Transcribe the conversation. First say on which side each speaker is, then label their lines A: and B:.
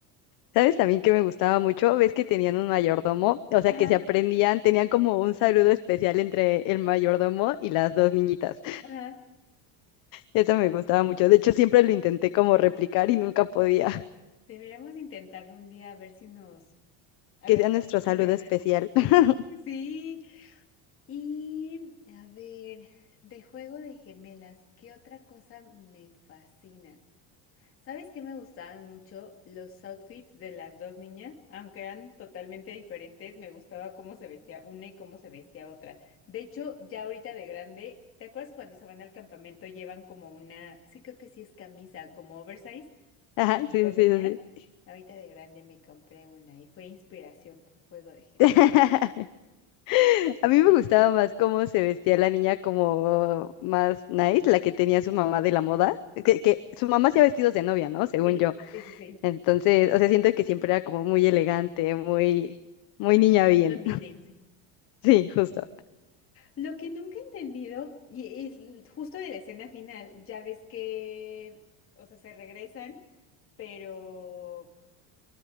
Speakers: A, on the left (about 50°); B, on the left (about 30°).
A: ¿Sabes también que me gustaba mucho? Ves que tenían un mayordomo, o sea,
B: Ajá,
A: que se aprendían, tenían como un saludo especial entre el mayordomo y las dos niñitas.
B: Ajá.
A: Eso me gustaba mucho. De hecho, siempre lo intenté como replicar y nunca podía. <laughs>
B: Deberíamos intentarlo un día a ver si nos, a
A: Que
B: ver
A: sea
B: si
A: nuestro
B: nos funciona.
A: saludo especial. <laughs>
B: Sí. Y a ver, de juego de gemelas, ¿qué otra cosa me fascina? ¿Sabes qué me gustaban mucho los outfits de las dos niñas? Aunque eran totalmente diferentes, me gustaba cómo se vestía una y cómo se vestía otra. De hecho, ya ahorita de grande, ¿te acuerdas cuando se van al campamento llevan como una, sí creo que sí es camisa, como oversize,
A: Ajá,
B: las
A: sí,
B: dos
A: sí,
B: niñas?
A: sí.
B: Ahorita de grande me compré una y fue inspiración por juego de gemelas.
A: sí. <laughs> A mí me
B: Me
A: gustaba
B: encanta.
A: más cómo se vestía la niña como más nice, la que tenía su mamá de la moda, que, que su mamá hacía vestidos de novia, ¿no? Según
B: Sí,
A: yo.
B: sí, sí, sí.
A: Entonces, o sea, siento que siempre era como muy elegante, muy, muy niña bien.
B: Londinense.
A: Sí, justo.
B: Lo que nunca he entendido, y es l- justo de la escena final, ya ves que, o sea, se regresan, pero,